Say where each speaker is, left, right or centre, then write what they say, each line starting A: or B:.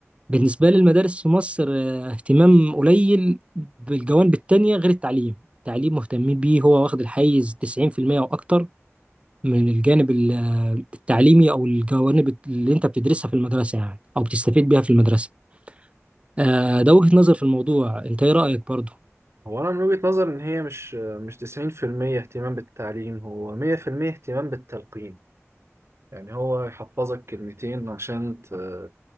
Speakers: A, on the right; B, on the right.
A: بالنسبة لي المدارس في مصر آه، اهتمام قليل بالجوانب التانية غير التعليم التعليم مهتمين بيه هو واخد الحيز 90% أو أكتر من الجانب ال- آه، التعليمي أو الجوانب اللي أنت بتدرسها في المدرسة يعني أو بتستفيد بيها في المدرسة آه، ده وجهة نظر في الموضوع أنت إيه رأيك برضه؟
B: هو أنا من وجهة نظري إن هي مش مش تسعين في المية اهتمام بالتعليم هو مية في المية اهتمام بالتلقين يعني هو يحفظك كلمتين عشان ت-